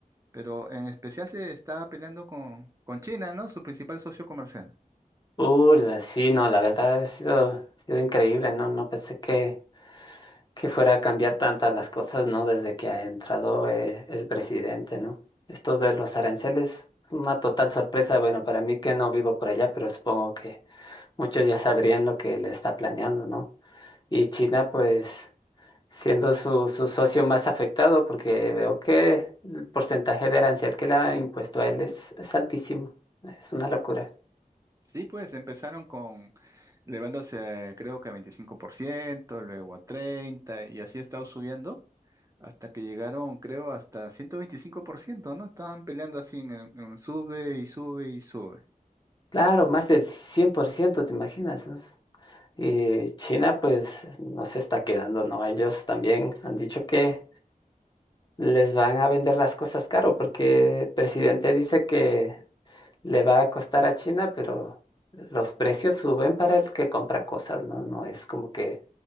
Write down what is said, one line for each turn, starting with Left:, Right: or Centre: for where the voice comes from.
Right: pero en especial se está peleando con, con China, ¿no? Su principal socio comercial.
Left: Uh, la- sí, no, la verdad ha sido, ha sido increíble, ¿no? No pensé que, que fuera a cambiar tantas las cosas, ¿no? Desde que ha entrado eh, el presidente, ¿no? Esto de los aranceles, una total sorpresa, bueno, para mí que no vivo por allá, pero supongo que muchos ya sabrían lo que le está planeando, ¿no? Y China, pues... siendo su, su socio más afectado, porque veo que el porcentaje de arancel que le ha impuesto a él es, es altísimo. Es una locura.
Right: Sí, pues empezaron con elevándose a, creo que a 25%, luego a 30% y así ha estado subiendo hasta que llegaron, creo, hasta 125%, ¿no? Estaban peleando así en, el- en sube y sube y sube.
Left: Claro, más del cien por ciento ¿te imaginas? no? Y China, pues, no se está quedando, ¿no? Ellos también han dicho que les van a vender las cosas caro, porque el presidente dice que le va a costar a China, pero los precios suben para el que compra cosas, ¿no? No es como que